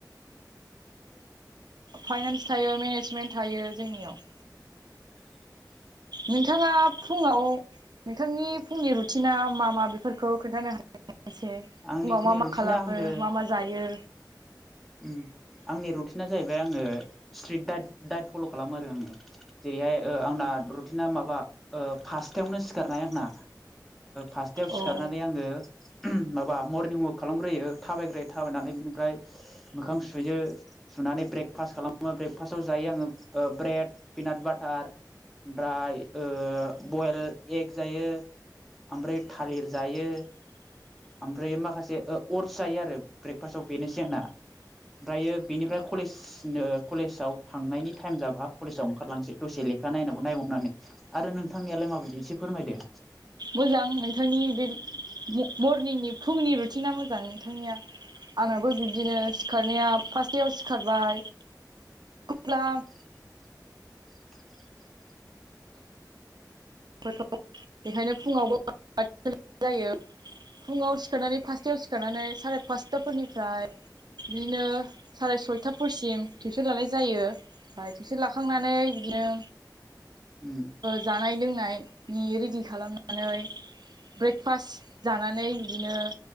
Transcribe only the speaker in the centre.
<inaudible>
आंनि फुंनि
रुटिना
आङो
उम आंनि रुटिना जाहैबाय आङो स्ट्रिट दाइट फल खालामो आरो आङो जेरैहाय आंना रुटिना माबा फासथायावनो सिखारनाय आंना फासथायाव
सिखारनानै आङो माबा मरनिं वाक खालामग्रोयो थाबायग्रोयो थाबायनानै बिनिफ्राय मोखां सुयो सुनानै ब्रेकफास्ट खालामो ब्रेकफास्टआव जायो आङो ब्रेड पनाट बाटार ओमफ्राय बयल एग जायो ओमफ्राय थालिर जायो ओमफ्राय माखासे अटस जायो आरो ब्रेकफास्टाव बेनोसै आंना ओफ्रायो बेनिफ्राय कलेज कलेजाव थांनायनि टाइम जाबा कलेजाव ओंखारलांसै दसे लेखा नायबावनानै आरो नोंथांनियालाय माबायदि एसे फोरमायदो
<unintelligible>
<inaudible>
उम